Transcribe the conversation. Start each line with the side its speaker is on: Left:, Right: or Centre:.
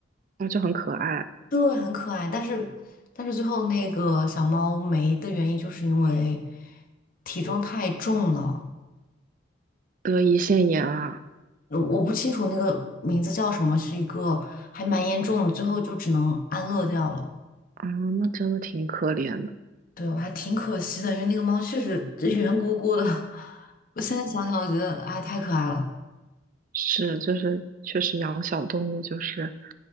Right: 那就很可爱，
Left: 对，很可爱。但是，但是最后那个小猫没的原因，就是因为体重太重了。
Right: 得胰腺炎啊，
Left: 我我不清楚那个名字叫什么，是一个还蛮严重的，最后就只能安乐掉了。
Right: 啊，那真的挺可怜的。
Left: 对，我还挺可惜的，因为那个猫确实圆鼓鼓的。<laughs> 我现在想想，我觉得哎，太可爱了。
Right: 是，就是确实养小动物就是